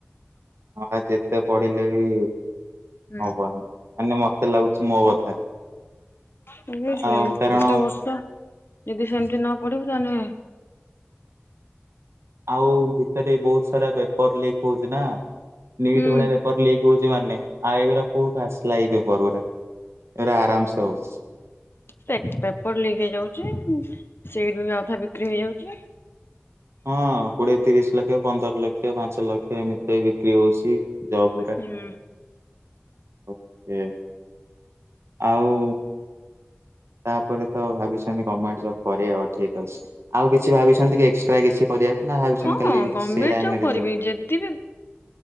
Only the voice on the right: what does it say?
ହଁ ପା ଯେତେ ପଢିଲେ ବି
ହବନି ମାନେ ମତେ ଲାଗୁଛି ମୋ କଥା।
ଆଉ କାରଣ
ଆଉ ଭିତରେ ବହୁତ ସାରା ପେପର ଲିକ୍ ହଉଛି ନା ନିଟ୍
ଭଳିଆ ପେପର ଲିକ୍ ହୋଉଚି ମାନେ ଆଉ ଏଗୁରା କୋଉଠୁ ଆସିଲା ଏଇ ପେପର୍ ଗୂରା ଏରା ଆରାମ ସେ ହୋଉଛି।
ହଁ କୋଡିଏ ତିରିଶ୍ ଲକ୍ଷ, ପନ୍ଦର ଲକ୍ଷ, ପାଞ୍ଚ ଲକ୍ଷ, ଏମିତିରେ ବି ବିକ୍ରି ହୋଉଛି। ଜବ ଉରା
ଓକେ। ଆଉ ତାପରେ ତ ଭାବିଛନ୍ତି ଗମେଣ୍ଟ ଜବ୍ କରିବା ଆଉ ଠିକ୍ ଅଛି। ଆଉ କିଛି ଭାବିଛନ୍ତି କି ଏକ୍ସଟ୍ରା କିଛି କରିବାକୁ ନା ଭାବିଛନ୍ତି
ଖାଲି
ସେଇ ଲାଇନରେ
ଯିବ?